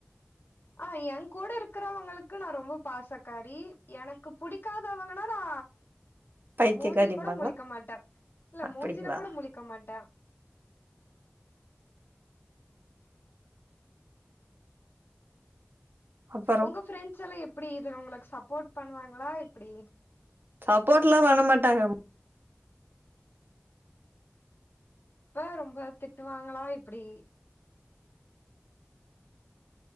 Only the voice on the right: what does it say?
பைத்தியக்காரிம்பாங்களா
அப்டிங்களா
அப்பறோ
சப்போட்லா பண்ணமாட்டாங்க